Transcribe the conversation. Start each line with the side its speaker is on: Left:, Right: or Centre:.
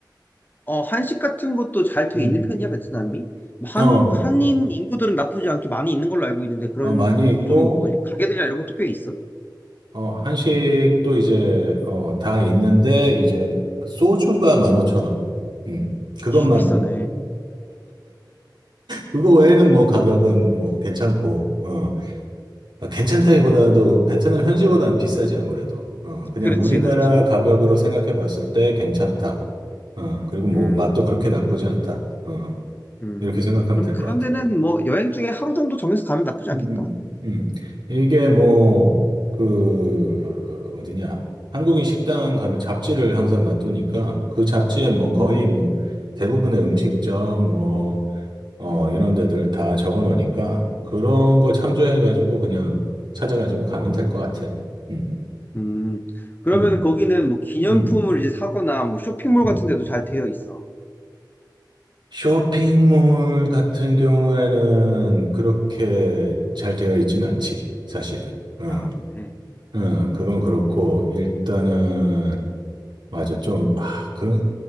Left: 어, 한식 같은 것도 잘 돼
Right: 음.
Left: 있는 편이야, 베트남이? 뭐 한,
Right: 어,
Left: 한인 인구들은 나쁘지 않게 많이 있는 걸로 알고 있는데, 그런
Right: 어, 많이 있고,
Left: 좀, 뭐지, 가게들이나 이런 것도 꽤 있어.
Right: 어, 한식도 이제, 어, 다 있는데, 이제, 소주가 15,000원. 음, 그것만,
Left: 아, 비싸네.
Right: 그거 외에는 뭐 가격은 뭐 괜찮고, 어, 괜찮다기보다도 베트남 현지보다는 비싸지, 아무래도. 어, 그냥
Left: 그렇지,
Right: 우리나라
Left: 그렇지.
Right: 가격으로 생각해 봤을 때 괜찮다. 어, 그리고 뭐
Left: 음,
Right: 맛도 그렇게 나쁘지 않다. 어,
Left: 음.
Right: 이렇게 생각하면
Left: 그럼
Right: 될
Left: 그런
Right: 것 같아요.
Left: 데는 뭐 여행 중에 하루 정도 정해서 가면 나쁘지
Right: 음,
Left: 않겠다.
Right: 음. 음. 이게 뭐, 그, 어디냐. 한국인 식당 가면 잡지를 항상 놔두니까 그 잡지에 뭐 거의
Left: 음,
Right: 뭐 대부분의 음식점 뭐, 어, 이런 데들 다 적어 놓으니까 그런 거 참조해가지고 그냥 찾아가지고 가면 될 것 같아. 음,
Left: 음. 그러면
Right: 음,
Left: 거기는 뭐 기념품을
Right: 음,
Left: 이제 사거나 뭐 쇼핑몰
Right: 음.
Left: 같은 데도 잘 되어 있어.
Right: 쇼핑몰 같은 경우에는 그렇게 잘 되어 있진 않지, 사실은. 어,
Left: 아, 그래.
Right: 어, 그건 그렇고, 일단은 맞아. 좀, 아, 그런,